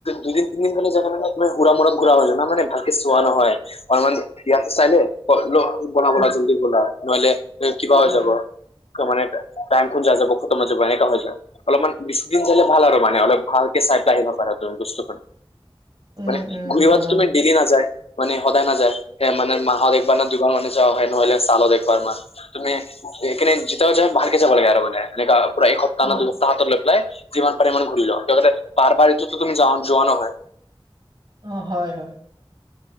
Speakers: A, on the left (about 80°); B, on the right (about 60°).
A: দুইদিন তিনদিন কাৰানে জানে মানে সুৰা মুৰা ঘূৰা হৈ যাই, মানে ভালকে চোৱা নহয়। অলমান ইয়াতো চাইনে, বলা-বলা-বলা
B: অ'।
A: জল্দি বলা নহলে কিবা
B: হয়,
A: হৈ যাব। কমৰে এটা টাইমটো যা-যাব ক'ত মা যাব এনেকা হৈ যায়। অলপমান বিছদিন ঘূৰিলে ভাল আৰু মানে অলপ ভালকে চাই পালাই আহিব পাৰা তুমি বস্তুখন।
B: উম,
A: মানে
B: উম,
A: ঘূৰিবতো
B: হয়।
A: তুমি ডেইলি নাযায় মানে সদায় নাযায় মানে মাহত একবাৰ ন'। দুবাৰ মানে যা হয় নহলে চালত এক বাৰ মান তুমি এইকাৰনে জতাও যায় ভালকে যাব লাগে আৰু মানে এনেকা পুৰা একসপ্তাহ
B: অ'।
A: না দুসপ্তাহ হাতত লৈ পেলাই যিমান পাৰে ইমান ঘূৰি লও কিয় কাৰে বাৰ-বাৰ এইটো টো তুমি যাবন-যোৱা নহয়।
B: অ'হয়-হয়।